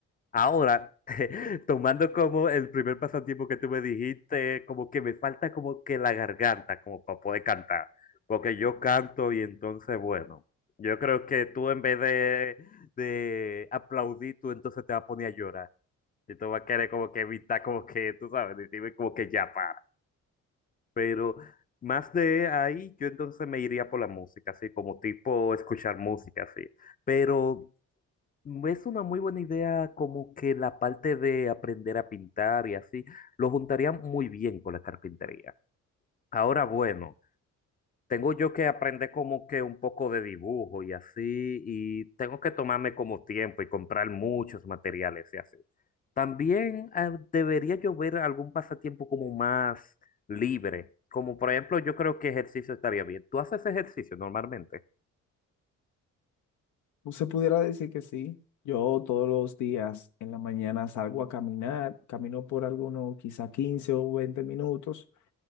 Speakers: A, on the left; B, on the left.
A: Ahora, <laughs> tomando como el primer pasatiempo que tú me dijiste, como que me falta como que la garganta, como para poder cantar, porque yo canto y entonces, bueno, yo creo que tú en vez de, de aplaudir, tú entonces te vas a poner a llorar y tú vas a querer como que evitar, como que, tú sabes, decirme como que ya para. Pero más de ahí, yo entonces me iría por la música, así como tipo escuchar música, así. Pero... Mm, Es una muy buena idea como que la parte de aprender a pintar y así, lo juntaría muy bien con la carpintería. Ahora, bueno, tengo yo que aprender como que un poco de dibujo y así, y tengo que tomarme como tiempo y comprar muchos materiales y así. También eh, debería yo ver algún pasatiempo como más libre, como por ejemplo yo creo que ejercicio estaría bien. ¿Tú haces ejercicio normalmente?
B: Pues se pudiera decir que sí. Yo todos los días en la mañana salgo a caminar, camino por algunos quizá 15 o 20 minutos